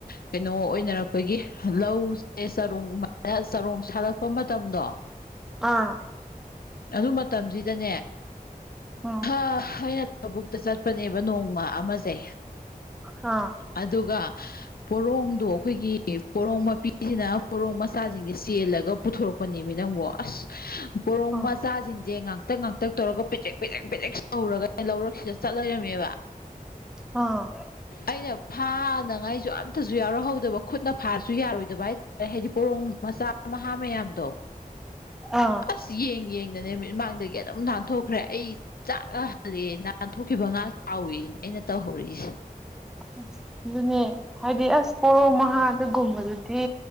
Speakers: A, on the left; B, in the centre.
A: ꯀꯩꯅꯣ ꯑꯣꯏꯅꯔꯛꯄ ꯑꯩꯈꯣꯏꯒꯤ ꯂꯧꯁꯦ ꯆꯔꯣꯡ ꯆꯔꯣꯡ ꯁꯥꯠꯂꯛꯄ ꯃꯇꯝꯗꯣ
B: ꯑꯥ
A: ꯑꯗꯨ ꯃꯇꯝꯁꯤꯗꯅꯦ
B: ꯎꯝ
A: ꯑꯩꯅ ꯂꯧꯕꯨꯛꯇ ꯆꯠꯄꯅꯦꯕ ꯅꯣꯡꯃ ꯑꯃꯁꯦ
B: ꯑ
A: ꯑꯗꯨꯒ ꯄꯣꯔꯣꯡꯗꯣ ꯑꯩꯈꯣꯏꯒꯤ ꯄꯣꯔꯣꯡ ꯃꯄꯤꯁꯤꯅ ꯄꯣꯔꯣꯛ ꯃꯆꯥꯁꯤꯡꯁꯦ ꯆꯦꯜꯂꯒ ꯄꯨꯊꯣꯔꯛꯄꯅꯦꯃꯤ ꯅꯪꯕꯨ ꯑꯁ ꯄꯣꯔꯣꯡꯃ
B: ꯑꯥ
A: ꯆꯥꯁꯤꯡꯁꯦ ꯉꯥꯛꯇꯛ ꯉꯥꯛꯇꯛ ꯇꯧꯔꯒ ꯄꯤꯗꯦꯛ ꯄꯤꯗꯦꯛ ꯄꯤꯗꯦꯛ ꯇꯧꯔꯒ ꯂꯧꯔꯛꯁꯤꯗ ꯆꯠ ꯂꯩꯔꯝꯃꯦꯕ
B: ꯑꯥ
A: ꯑꯩꯅ ꯐꯥꯅꯉꯥꯏꯁꯨ ꯑꯝꯇꯁꯨ ꯌꯥꯎꯔꯛꯍꯧꯗꯕ ꯈꯨꯠꯅ ꯐꯥꯔꯁꯨ ꯌꯥꯔꯣꯏꯗꯕ ꯍꯥꯏꯇꯥꯔꯦ ꯍꯥꯏꯗꯤ ꯄꯣꯔꯣꯡ ꯃꯆꯥ ꯃꯍꯥ ꯃꯌꯥꯝꯗꯣ
B: ꯑꯣ
A: ꯑꯁ ꯌꯦꯡ ꯌꯦꯡꯗꯅꯦ ꯅꯨꯃꯤꯠꯃꯥꯡꯗꯒꯤ ꯑꯗꯨꯝ ꯅꯥꯟꯊꯣꯛꯈ꯭ꯔꯦ ꯑꯩ ꯆꯥꯛꯂ ꯍꯜꯂꯦ ꯅꯥꯟ ꯊꯣꯛꯣꯛꯈꯤꯕ ꯉꯥ ꯆꯥꯎꯋꯦ ꯑꯗꯨꯅꯦ ꯑꯩꯅ ꯇꯧꯍꯧꯔꯛꯏꯁꯦ
B: ꯑꯁ ꯑꯗꯨꯅꯦ ꯍꯥꯏꯗꯤ ꯑꯁ ꯄꯣꯔꯣ ꯃꯍꯥꯗꯒꯨꯝꯕꯗꯨꯗꯤ